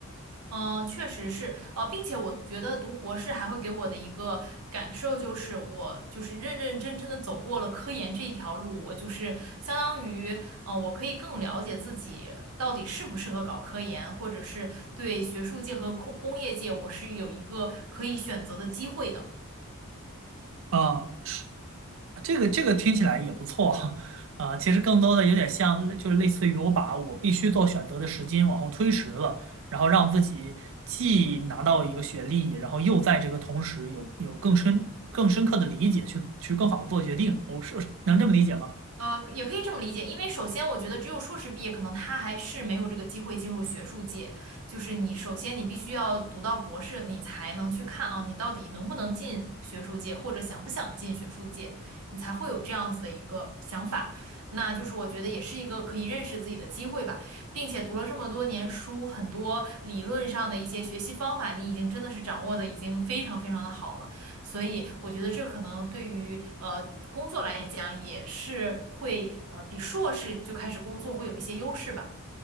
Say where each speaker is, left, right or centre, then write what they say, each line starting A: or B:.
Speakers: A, on the right; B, on the right.
A: 嗯，呃确实是，呃，并且我觉得读博士还会给我的一个感受就是，我就是认认真真的走过了科研这一条路，我就是相当于，呃，我可以更了解自己到底适不适合搞科研，或者是对学术界和工工业界，我是有一个可以选择的机会的。
B: 啊，是这个这个听起来也不错哈。啊，其实更多的有点像，就是类似于我把我必须做选择的时间往后推迟了，然后让自己既拿到一个学历，然后又在这个同时有有更深更深刻的理解去去更好的做决定。我是能这么理解吗？
A: 呃，也可以这么理解，因为首先我觉得只有硕士毕业，可能他还是没有这个机会进入学术界。就是你首先你必须要读到博士，你才能去看啊，你到底能不能进学术界，或者想不想进学术界，你才会有这样子的一个想法。那就是我觉得也是一个可以认识自己的机会吧，并且读了这么多年书，很多理论上的一些学习方法，你已经真的是掌握的已经非常非常的好了。所以我觉得这可能对于呃工作来讲也是会呃比硕士就开始工作会有一些优势吧。